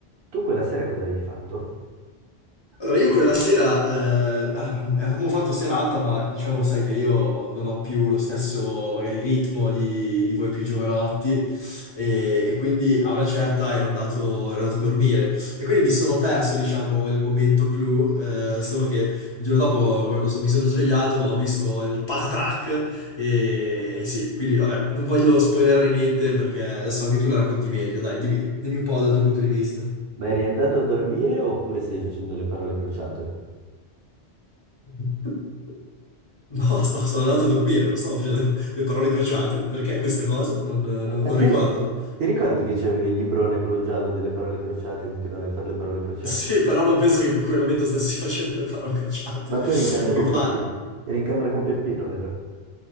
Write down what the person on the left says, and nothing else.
Allora, io quella sera, eh, allora, avevamo fatto serata, ma diciamo, sai che io ho- non ho più lo stesso, magari, ritmo di, di voi più giovanotti, e, e quindi a una certa ero andato, ero andato a dormire. E quindi mi sono perso, diciamo, il momento clou, eh, solo che il giorno dopo, quando so- mi sono svegliato, ho visto il patatrack, e, e sì, quindi, vabbè, non voglio spoilerare niente perché so che tu la racconti meglio, dai, dimmi, dimmi un po' dal tuo punto di vista.
<laughs> No, <laughs> sto- sono andato a dormire, non stavo facendo le parole crociate. Perché questa cosa? Non, non- non
ricordo.
Sì, però non penso che in quel momento stessi <laughs> facendo le parole crociate.
Non
mi pare.